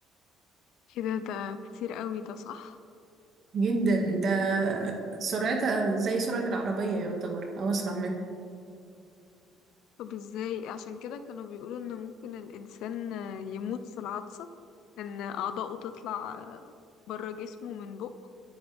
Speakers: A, on the left; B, on the right.
A: كده ده كتير قوي ده صح
B: جدا ده سرعتها زي سرعة العربية يعتبر او اسرع منها
A: طب ازاي عشان كده كانوا بيقولوا ان ممكن الانسان يموت في العطسة ان اعضاؤه تطلع بره جسمه من بقه